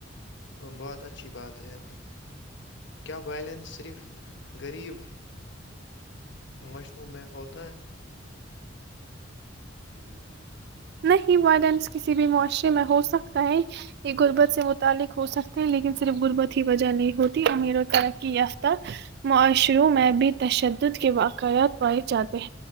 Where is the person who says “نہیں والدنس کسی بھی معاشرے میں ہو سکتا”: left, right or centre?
Right